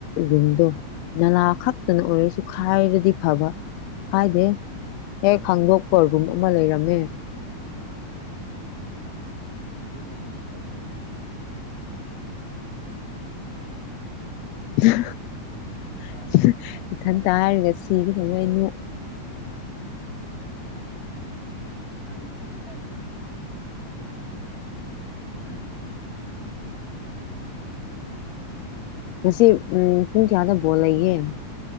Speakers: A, on the left (about 75°); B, on the right (about 20°).
A: ꯔꯨꯝꯗꯣ
B: ꯑꯣ
A: ꯅꯂꯥ ꯈꯛꯇꯅ ꯑꯣꯏꯔꯁꯨ ꯈꯥꯏꯔꯗꯤ ꯐꯕ ꯈꯥꯏꯗꯦ ꯍꯦꯛ ꯈꯪꯗꯣꯛꯄ ꯔꯨꯝ ꯑꯃ ꯂꯩꯔꯝꯃꯦ
B: ꯑꯗꯨꯅ ꯍꯦꯟꯅ ꯐꯠꯇ꯭ꯔꯣ
A: <unintelligible>
B: ꯀꯥ ꯌꯥꯝꯕ ꯃꯥꯜꯂꯦꯅꯦ
A: ꯏꯊꯟꯇ
B: ꯑꯗꯨꯗꯤ
A: ꯍꯥꯏꯔꯒ ꯁꯤꯒꯤꯗꯧ ꯋꯦ ꯅꯣ
B: <unintelligible> ꯉꯥꯡꯉꯣ ꯀꯩꯁꯨ ꯀꯥꯢꯗꯦ ꯍꯝ
A: ꯉꯁꯤ ꯎꯝ ꯄꯨꯡ ꯀꯌꯥꯗ ꯕꯣꯜ ꯂꯩꯒꯦ